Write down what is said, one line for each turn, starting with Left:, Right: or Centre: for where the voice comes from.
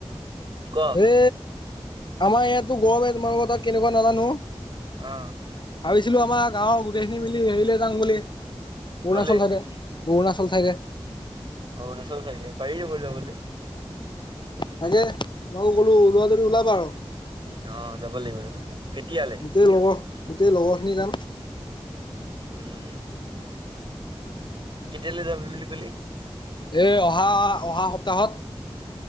Right: ক
Left: এ আমাৰ ইয়াতো গৰমে তোমালোকৰ তাত কেনেকুৱা নাজানো।
Right: অ
Left: ভাবিছিলো, আমাৰ গাঁৱৰ গোটেইখিনি মিলি হেৰিলৈ যাম বুলি অৰুণাচল
Right: কলে
Left: চাইডে। অৰুণাচল চাইডে।
Right: অৰুণাচল চাইডে? পাৰি এবাৰ যাবলে।
Left: তাকে তোমাকো কলো ওলোৱা যদি ওলাবা আৰু।
Right: অ', যাব লাগিব যাব কেতিয়ালে
Left: গোটেই লগৰ, গোটেই লগৰ খিনি যাম।
Right: উম', কেতিয়ালে যাবি বুলি কলি?
Left: এ অহা অহা সপ্তাহত।